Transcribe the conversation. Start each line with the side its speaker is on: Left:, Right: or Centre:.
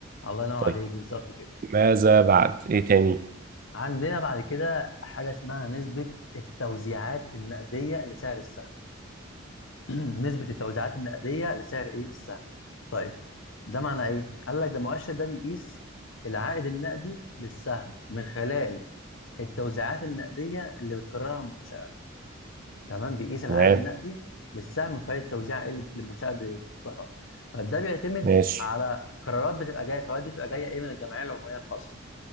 Left: الله ينور
Right: طيب
Left: عليك بالظبط كده
Right: ماذا بعد ايه تاني
Left: عندنا بعد كده حاجه اسمها نسبه التوزيعات النقديه لسعر السهم <clears throat> نسبه التوزيعات النقديه لسعر ايه السهم طيب ده معنى ايه قال لك ده المؤشر ده بيقيس العائد النقدي للسهم من خلال التوزيعات النقديه اللي بتكررها المنشاه تمام بيقيس العائد
Right: تمام
Left: النقدي للسهم من خلال التوزيع اللي المنشاه بتختارها طيب ده بيعتمد
Right: ماشي
Left: على قرارات بتبقى جايه قرارات دي بتبقى جايه ايه من الجمعيه العموميه الخاصه